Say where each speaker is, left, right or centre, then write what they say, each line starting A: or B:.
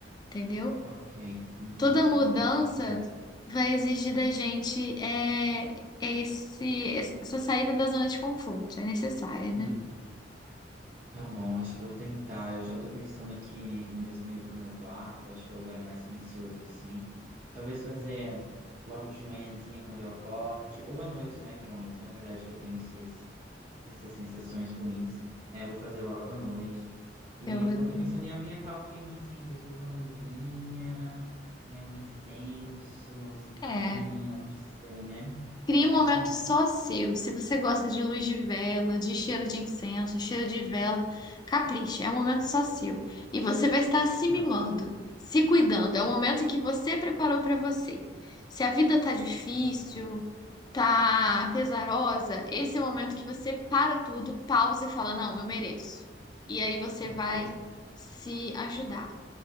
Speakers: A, on the left; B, on the right.
A: entendeu?
B: Ok, entendi,
A: Toda mudança
B: entendi.
A: vai exigir da gente é, é esse, essa saída da zona de conforto, é necessária, né?
B: Uhum. Tá bom, acho que eu vou tentar. Eu já tô pensando aqui mesmo ir pro meu quarto, acho que é o lugar mais silencioso assim. Talvez fazer logo de manhãzinha quando eu acorde, ou à noite, né? Que é o momento, na verdade, que eu tenho esses essas sensações ruins. É, vou fazer logo à noite. E
A: Eu recomendo.
B: vou estar pensando em ambientar o clima assim, talvez colocar uma luzinha, né, um incenso, uma musiquinha,
A: É.
B: não sei, né?
A: Crie
B: Acho
A: um
B: que
A: momento
B: é bom.
A: só seu. Se você gosta de luz de vela, de cheiro de incenso, cheiro de vela, capricha, é um momento só seu. E você vai estar se
B: Tá,
A: mimando, se cuidando. É o momento que você preparou para você. Se a vida tá difícil,
B: ok,
A: tá pesarosa, esse é o momento que você para tudo, pausa e fala: Não, eu mereço. E aí você
B: ok.
A: vai se ajudar.